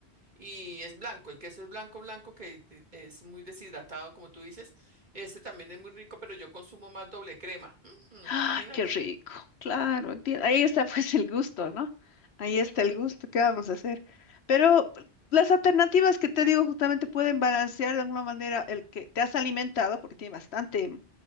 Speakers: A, on the right; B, on the left.
A: y es blanco. El queso es blanco, blanco, que eh, es muy deshidratado, como tú dices. Este también es muy rico, pero yo consumo más doble crema. Mm,
B: ¡Ay,
A: mm, imagínate.
B: qué rico! Claro, enti- ahí está pues el gusto, ¿no? Ahí está el gusto, ¿qué vamos a hacer? Pero las alternativas que te digo justamente pueden balancear de alguna manera el que te has alimentado, porque tiene bastante